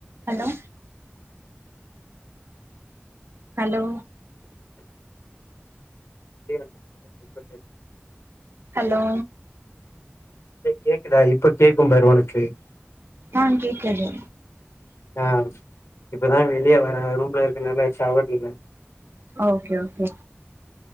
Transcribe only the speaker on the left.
<inaudible>
கேக்குதா இப்ப கேக்கும் பாரு உனக்கு
ஆ இப்பதா வெளிய வர ரூம்ல இருக்கனால டவர்ல்ல